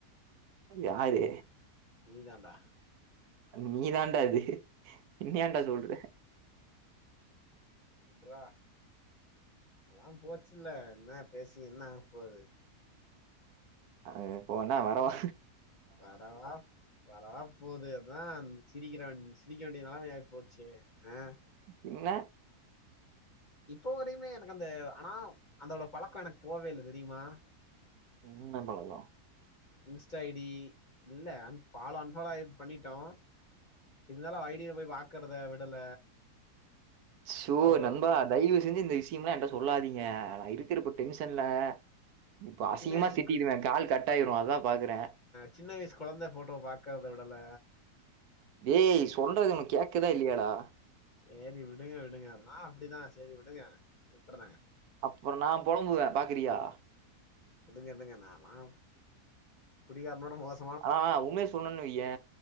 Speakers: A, on the right; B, on the left.
A: அது யாரு
B: நீ தாண்டா
A: நீ தான்டா அது என்ன
B: யோ
A: ஏன்டா சொல்ற
B: விட்ற அதா போச்சுல்ல என்ன பேசி என்ன ஆக போது
A: ஆ போனா வரவா
B: வரவா வரவா போகுது அதுதா சிரிக்கிறாண் சிரிக்க வேண்டியது நல்லம ஆயி போச்சு ஆ
A: பின்ன
B: இப்போ வரையுமே எனக்கு அந்த ஆனா அந்தோட பழக்கோ எனக்கு போவே இல்ல தெரியுமா
A: உம்னம்பலோ
B: இன்ஸ்டா ஐ டி இல்ல அன்பாலோ அன்பாலோ பண்ணிட்டோ இருந்தாலு அவ ஐ டி ய போய் பாக்குறத விடல
A: ஷ்சோ
B: அவ்ளோ
A: நண்பா தயவு செஞ்சு இந்த விஷயமெல்லா என்ட்டா சொல்லாதீங்க நா இருக்கிற இப்ப டென்ஷன்ல இப்ப அசிங்கமா
B: சின்ன வயசுக்கு
A: திட்டிடுவே கால் கட்டாயிரு அதா பாக்குறே
B: சின்ன வயசு கொழந்தை போட்டோவ பாக்குறத விடல
A: டேய் சொல்றது உனக்கு கேக்குதா இல்லையாடா
B: சரி விடுங்க விடுங்க நா அப்படிதா சரி விடுங்க விட்டுறே
A: அப்பற நா பொலம்புவே பாக்குறியா
B: விடுங்க விடுங்க நாலாம் குடிகாரனோட மோச
A: ஆ ஆ உண்மே சொல்லுனு வய்யே